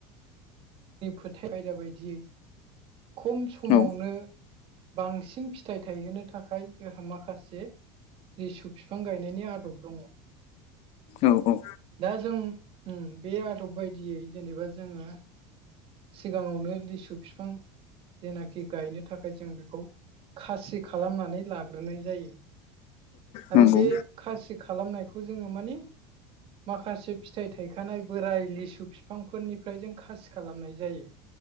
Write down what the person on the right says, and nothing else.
फोथाय आयदा बायदियै खम समावनो
बांसिन फिथाइ थायहोनो थाखाय जोंहा माखासे। लिसु बिफां गायनायनि आदब दङ।
दा जों उम बे आदब बायदियै जेनेबा जोङो। सिगाङावनो लिसु फिफां। जेनाखि गायनो थाखाय जों बेखौ खासि खालामनानै लाग्रोनाय जायो। आरो
बे खासि खालामनायखौ जोङो माने माखासे। फिथाइ थायखानाय बोराइ लिसु फिफांफोरनि । फ्राय जों खासि खालामनाय जायो